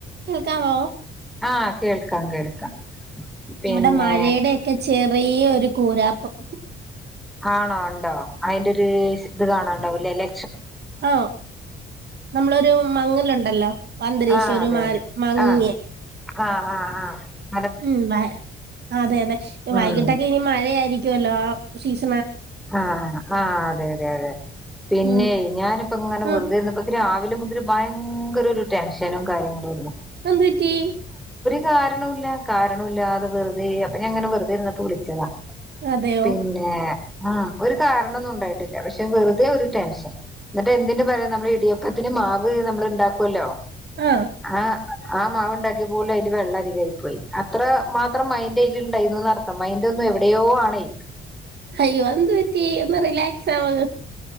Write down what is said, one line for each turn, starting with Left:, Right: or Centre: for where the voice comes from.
Right: കേൾക്കാമോ
Centre: ആഹ കേൾക്കാം കേൾക്കാം പിന്നെ
Right: ഇവിടെ മഴെടെക്കെ ചെറി- യരു കൂരാപ്പം
Centre: ആണോ ഉണ്ടോ അയ്ന്റൊര് ഇത് കാണാണ് ണ്ടാവുലല്ലേ
Right: ആ നമ്മളൊരു മങ്ങലുണ്ടല്ലോ അന്തരീശയുടെ
Centre: ആഹ് അതെ
Right: മാൽ
Centre: അതെ
Right: മങ്ങ്യ
Centre: ആഹ് ആഹ് അ അ അ
Right: ഉം അതെ അതെ
Centre: ഉം
Right: വൈകീട്ടൊക്കെ ഇനി മഴ ആയിരി ക്കും എല്ലാം സീസ്-
Centre: ആഹ ആ് അതെ അതെ അതെ പിന്നെ
Right: ഉം
Centre: ഞാനിപ്പോ ഇങ്ങനെ വെറുതെ
Right: ആഹ്
Centre: ഇർന്നപ്പോൻ ക്കൊരാ രാവിലെ മുതൽ ഭയങ്കര ഒരു ടെൻഷനും കാര്യങ്ങളായ്ര്ന്നു
Right: എന്ത് പറ്റി
Centre: കാരണൂല്ല കാരണൂല്ലാതെ വെർതെ അപ്പൊ ഞാൻങ്ങനെ വെറുതെ ഇരന്നപ്പോ വിളിച്ചതാ
Right: അതെയോ
Centre: പിന്നെ ആ ഒരു കാരണൊന്നും ഉണ്ടായിട്ടില്ല പക്ഷെ വെറുതെ ഒരു ടെൻഷൻ എന്നിട്ട് എന്തിന് പറയാം നമ്മള് ഇടിയപ്പത്തിന് മാവ് നമ്മള് ഇണ്ടാക്കുവല്ലോ
Right: ആഹ്
Centre: ആ ആ മാവ് ഉണ്ടാക്കി പോലും അയ്ല് വെള്ളം അധികായി പോയി അത്ര മാത്രം മൈൻറ അയ്ല് ഇണ്ടായിന്ന് അർത്ഥം മൈന്റൊന്നും എവിടെയോ ആണെയ്
Right: അയ്യോ അതെന്ത് പറ്റി ഒന്ന് റിലാക്സ് ആവ്